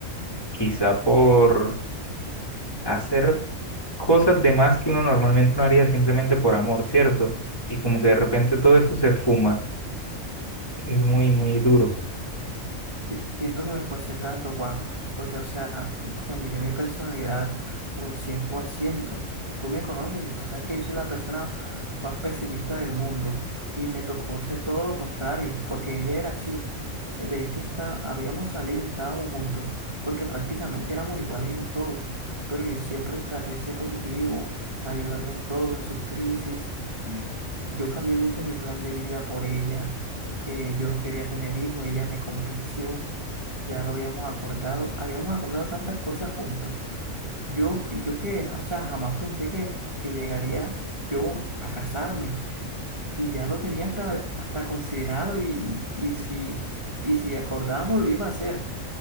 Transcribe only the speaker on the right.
Si- Siento que me esforcé tanto, Juan, porque, o sea, cambié mi personalidad un cien por ciento Tú me conoces y tú sabes que yo soy la persona más pesimista del mundo y me tocó ser todo lo contrario, porque ella era así. Eh, De hecho, está, habíamos salido y estábamos juntos, porque prácticamente éramos iguales en todo, pero yo siempre traté de ser positivo, ayudarla en todo, en sus crisis. Yo cambié mucho mi plan de vida por ella. Eh, yo no quería tener hijos, ella me convenció. Ya lo habíamos acordado. Habíamos acordado tantas cosas juntos. Yo, yo que, ja, o sea, jamás pensé que, que llegaría yo a casarme. Y ya lo tenía hasta, hasta considerado y, y si, y si acordábamos lo iba a hacer.